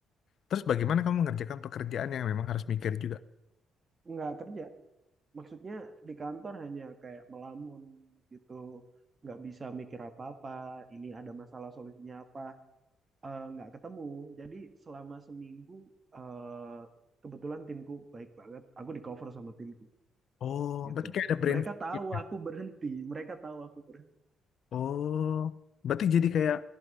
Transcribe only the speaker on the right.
nggak kerja, maksudnya di kantor hanya kayak melamun gitu, nggak bisa mikir apa-apa. Ini ada masalah solusinya apa, eh, nggak ketemu. Jadi selama seminggu eh, kebetulan timku baik banget, aku di cover sama timku
gitu.
Mereka
tahu
aku berhenti, mereka tahu aku berhenti.